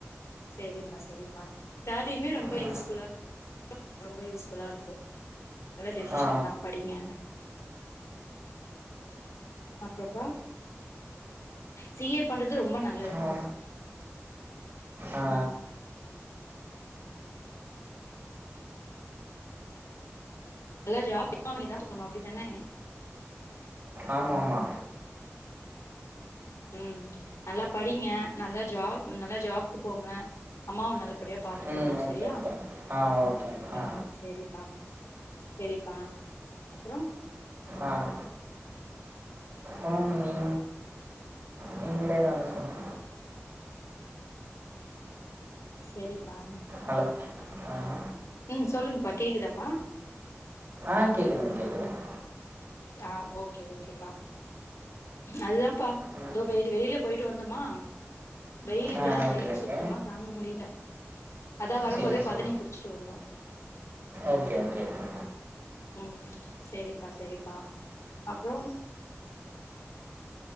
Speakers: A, on the left (about 80°); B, on the right (about 55°).
A: சேரிப்பா செரிப்பா டேலியுமே ரொம்ப
B: ம்
A: யூஸ் ஃபுல்லா ரொம்ப யூஸ்ஃபுல்லா இருக்கோ நல்ல டிசிஷன்
B: ஆ
A: தா படிங்க அப்புறம்பா சி ஏ பண்றது ரொம்ப நல்லதுதா
B: ஆ ஆ
A: உம் நல்லா ஜாப்ங்க <unintelligible> அப்டி தானே
B: ஆம்மாமா
A: உம் நல்லா படிங்க நல்லா ஜாப் நல்லா ஜாப்கு போங்க அம்மாவ நல்லபடியா பாத்துக்கணு
B: ம் ஓகே
A: செரியா
B: ஓகே ஆ ஓகே ஆ
A: உம் செரிப்பா செரிப்பா அப்றோ
B: ஆஹ <unintelligible> நீங்ளே தாங்க சொல்னு
A: செரிப்பா
B: ஹலோ ஆஹ
A: ம் சொல்லுங்ப்பா கேக்குதாப்பா
B: ஆஹ கேக்குதுங் கேக்குதுங்
A: ஆஹ ஓகே ஓகேப்பா அதுதாப்பா
B: ம்
A: இதோ வெயிலு வெயில்லே போயிட்டு வந்தோமா வெயிலுக்குதா
B: ஆ
A: வெயிலு
B: ஓகே ஓகே
A: சுத்தமா தாங்க முடில அதா வரும்போதே
B: சரி சரி
A: பதனி குடிச்சிட்டு வந்தோ
B: ஓகே ஓகே ஓகே
A: உம் செரிப்பா செரிப்பா அப்றோ